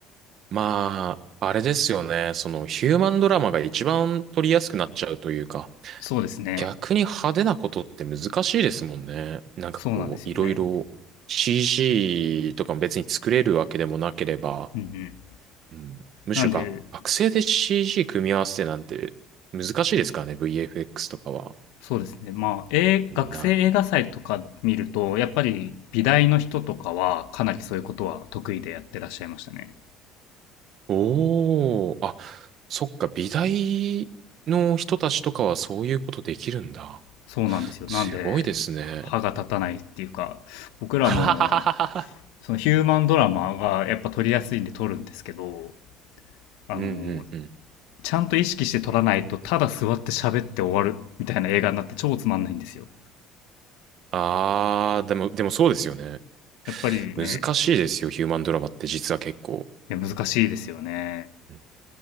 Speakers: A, on the right; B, on the left.
A: まあ、あれですよね。そのヒューマンドラマが一番撮りやすくなっちゃうというか、
B: そうですね。
A: 逆に派手なことって難しいですもんね。なんかこう、
B: そうなんですよね。
A: いろいろ CG とかも別に作れるわけでもなければ、
B: うんうん。
A: うん、むしろが学生で
B: なんで、
A: CG 組み合わせてなんて難しいですからね。VFX とかは。
B: そうですね。まあ、えー学生映画祭とか見ると、
A: な、
B: やっぱり美大の人とかはかなりそういうことは得意でやってらっしゃいましたね。
A: おー、あ、そっか、美大の人たちとかはそういうことできるんだ。
B: そうなんですよ。
A: すごいですね。
B: なんで、歯が立たないっていうか、僕らも、
A: <laughs> ははははは。
B: そのヒューマンドラマがやっぱ撮りやすいんで撮るんですけど、あの、
A: うんうんうん。
B: ちゃんと意識して撮らないと、ただ座って喋って終わるみたいな映画になって超つまんないんですよ。
A: ああ、でも、でもそうですよね。
B: やっぱりね、
A: 難しいですよ、ヒューマンドラマって実は結構。
B: いや難しいですよね。
A: うん